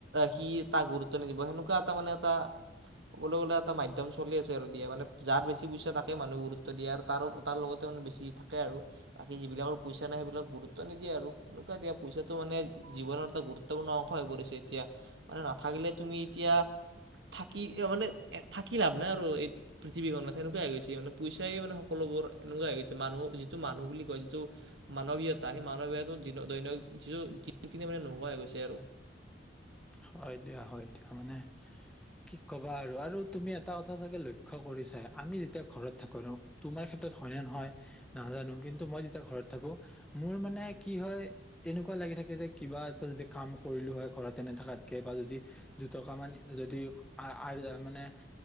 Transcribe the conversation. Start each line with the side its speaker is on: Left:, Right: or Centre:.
Right: সি তাক গুৰুত্ব নিদিব সেনেকুৱা এটা মানে এটা ক'বলৈ গ'লে এটা মাধ্যম চলি আছে আৰু দিয়া মানে যাত বেছি পইচা তাকে মানুহে গুৰুত্ব দিয়ে আৰু তাৰো তাৰ লগতে মানে বেছি থাকে আৰু বাকী যিবিলাকৰ পইচা নাই সেইবিলাক গুৰুত্ব নিদিয়ে আৰু এনেকুৱা এতিয়য়া পইচাটো মানে জীৱনৰ এটা গুৰুত্বপূৰ্ণ অংশ হৈ পৰিছে এতিয়া মানে নাথাকিলে তুমি এতিয়া থাকি মানে থাকি লাভ নাই আৰু এই পৃথিৱীখনত সেনেকুৱা গৈছে মানে পইচাই মানে সকলোবোৰ এনেকুৱা হৈ গৈছে মানুহ যিটো মানুহ বুলি কয় যিটো মানৱীয়তা সেই মানৱীয়তা দৈনিক যিটো দিনে মানে নোহোৱা হৈ গৈছে আৰু।
Centre: হয় দিয়া হয় দিয়া মানে কি কবা আৰু আৰু তুমি এটা কথা চাগে লক্ষ্য কৰিছা আমি যেতিয়া ঘৰত থাকো আৰু তোমাৰ ক্ষেত্ৰত হয়নে নহয় নাজানো কিন্তু মই যেতিয়া ঘৰত থাকো মোৰ মানে কি হয় এনেকুৱা লাগি থাকে যে কিবা এটা যদি কাম কৰিলো হয় ঘৰত তেনে থাকাত কে বা যদি দুটকা মান যদি মানে